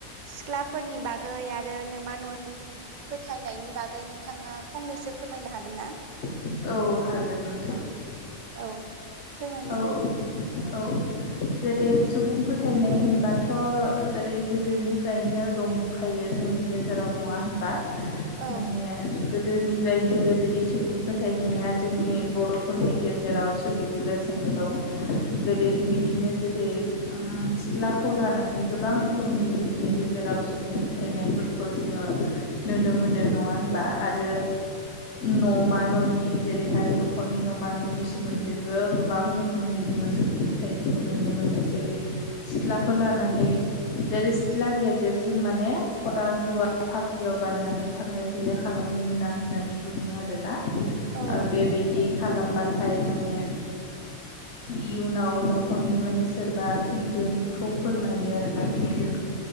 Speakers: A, on the right (about 45°); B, on the left (about 55°).
A: सिथ्लाफोरनि बागै आरो नोमा न' नि नि फोथायनायनि बागै नोंथाङा फंनैसो फोरमायनो हागोन ना?
B: औ हागोन नोंथां
A: औ फोरमायलाय
B: ।औ औ
A: होमबा
B: औ जेरै- सुबुं फोथायनाय होनबाथ' जेरै-गोदोनिफ्रायनो दंखायो जों नि गेजेराव, नङा होनबा?
A: औ
B: माने गोदोनिफ्रायनो बेबायदि सुबुं फोथायनाया जोंनि बर'फोरनि गेजेराव सोलिबोगासिनो दं। जेरै बिदिनो जेरै उम सिथ्लाखौ लानानै गोबां रोखोमनि जोंनि गेजेराव सुबुं फोथायनायफोरखौ जोङो नुनो मोनो। नङा होनबा? आरो न'मा न'नि जेरैहाय न'खरनि न'मा न'नि सोमोन्दैबो गोबां रोखोमनि जोङो सुबुं फोथायनाय बेखौ नुनो मोनो। जेरै सिथ्लाखौ लानानै जेरै सिथ्ला गेजेरजों माने खदाल, रुवा फाफ्लियाव बाननानै थांलाय-फैलाय खालामनो मोना होननानै बुङो आरोना ओ
A: औ
B: बेबायदि खालामबाथाय माने
A: <inaudible>
B: इयुनाव न'खरनि माने सोरबा थैगोनखौ फोरमायो आरोना थैगोन